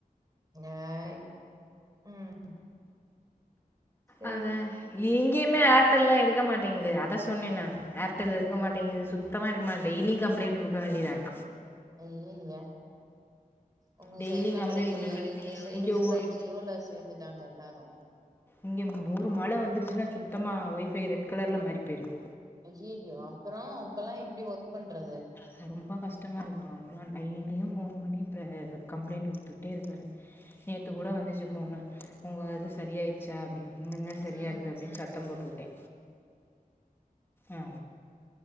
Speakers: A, on the right; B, on the left.
A: ஏய் ம் சேரி
B: அதா இங்கயுமே ஏர்டெல்லா எடுக்க மாட்டேங்குது அத சொன்னே நானு ஏர்டெல் எடுக்க மாட்டேங்கது சுத்தமா எடுக்க மாட்டேங்கது டெய்லியு கப்ளைண்ட் குடுக்க வேண்டியதா இருக்கு
A: ஐயைய்ய உங்க
B: டெய்லியு
A: சைடு எல்லா
B: கம்ப்ளைண்ட்
A: கிடைக்கலையோ
B: குடுத்து
A: எங்க சைடு
B: இங்க
A: ஃபுல்லா
B: ஒரு
A: ஜியோல சேர்ந்துட்டாங்க எல்லாரு
B: இங்கே மொறு மழ வந்துருச்சுனா சுத்தமாக ஒய்ஃபை ரெட் கலர்ல மாறி போயிடுது
A: ஐயையோ அப்புறோ அப்பல்லா எப்டி ஒர்க் பண்றது
B: அது ரொம்ப கஷ்டமாக இருக்கு அவருக்கெல்லா டெய்லியு ஃபோன் பண்ணி இப்ப கம்ப்ளைண்ட் குடுத்துட்டே இருக்காரு நேத்து
A: ஐ
B: கூட வந்துச்சு ஃபோனு உங்க இது சரியா ஆயிருச்சா அப்டினுனுன்னு சரியாகுது
A: ம்
B: அப்டின்னு சத்தம் போட்டு உட்டே ஆ